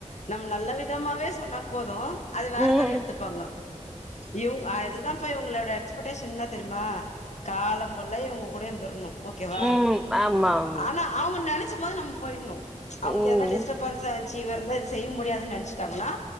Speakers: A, on the left (about 65°); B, in the centre.
A: நம்ம நல்ல விதமாவே சொன்னாக்கு போதும் அது
B: ம்
A: வேற மாரி எடுத்து இருப்பாங்க இவங் அதுதான்ப்ப இங்களோட போட்டன் சின்னா தெரியுமா காலம் புல்ல இவங்க கூடேந்துந்தர்ணும் ஓகேவா
B: ம் ஆமாம்
A: ஆனா அவுங்க நென ச்சபோது நம் போயிடணும்
B: ம்
A: அவங்க இதனா டிஸ்டர்பன்ஸா சீவர்ந்து அது செய்ய முடியாதுன்ன நினச்சிட்டாங்கனா